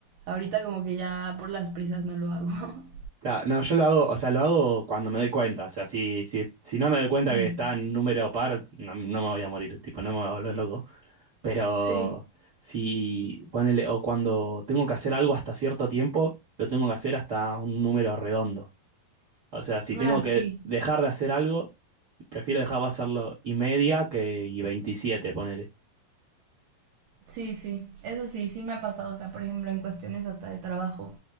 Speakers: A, on the right (about 80°); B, on the right (about 65°).
A: Ahorita como que ya por las prisas no lo hago. <laughs>
B: Claro, no, yo lo hago, o sea, lo hago cuando me doy cuenta. O sea, si, si, si no me doy cuenta que
A: Mm,
B: está en número par, no, no me voy a morir, tipo, no me voy a volver loco. Pero
A: Sí.
B: si ponele, o cuando tengo que hacer algo hasta cierto tiempo, lo tengo que hacer hasta un número redondo. O sea, si tengo
A: Ah,
B: que
A: sí.
B: dejar de hacer algo, prefiero dejar de hacerlo y media que y veintisiete ponele.
A: Sí, sí, eso sí, sí me ha pasado, o sea, por ejemplo, en cuestiones hasta de trabajo,